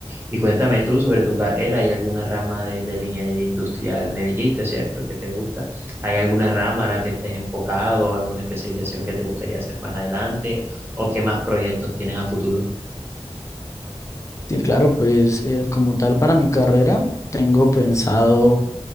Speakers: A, on the right; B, on the left.
A: Y cuéntame tú sobre tu carrera, ¿hay alguna rama de, de la ingeniería industrial? Me dijiste, ¿cierto? Que te gusta. ¿Hay alguna rama a la que estés enfocado, alguna especialización que te gustaría hacer más adelante? ¿O qué más proyectos tienes a futuro?
B: Sí, claro, pues eh, como tal para mi carrera, tengo pensado